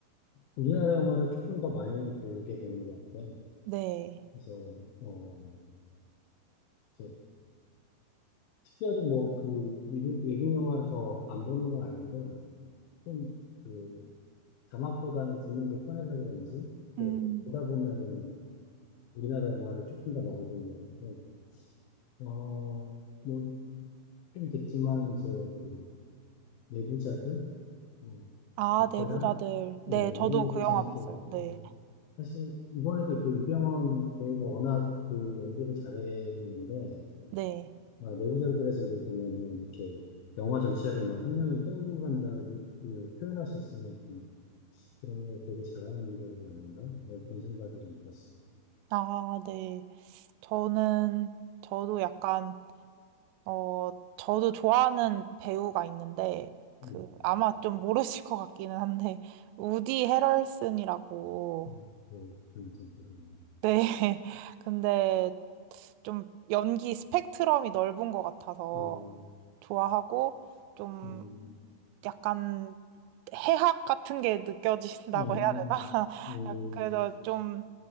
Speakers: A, on the left (about 70°); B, on the right (about 90°).
A: 우리나라 영화를 조금 더 많이 배우게 되는 것 같아요.
B: 네.
A: 그래서 어 이제 특별히 뭐 그 미국 외국 영화를 더 안 보는 건 아닌데 좀 그 자막보다는 듣는 게 편해서 그런지
B: 음.
A: 또 보다 보면은 우리나라 영화를 조금 더 많이 본 것 같고 어뭐좀 됐지만 이제 그 내부자들 뭐
B: 아,
A: 베테랑
B: 내부자들. 네,
A: 예 이런
B: 저도
A: 것도
B: 그
A: 재밌게
B: 영화 봤어요.
A: 봤고
B: 네.
A: 사실 이번에도 그 이병헌 배우가 워낙 그 연기를 잘했는데
B: 네.
A: 아, 내부자들에서도 보면은 이렇게 영화 전체를 막 한 명이 끌고 간다 그 그 표현할 수 있으니까 그런 걸 되게 잘하는 게 이거 아닌가? 네, 그런 생각이 좀 들었습니다.
B: 아, 네. 저는 저도 약간 어, 저도 좋아하는 배우가 있는데,
A: 네,
B: 그, 아마 좀 모르실 것 같기는 한데, 우디 헤럴슨이라고.
A: 음, 뭐 그런 좀 그런.
B: 네. <laughs> 근데 좀 연기 스펙트럼이 넓은 것 같아서
A: 어,
B: 좋아하고, 좀
A: 음,
B: 약간 해학 같은 게 느껴진다고
A: 음,
B: 해야 되나? <laughs>
A: 음,
B: 약- 그래서 좀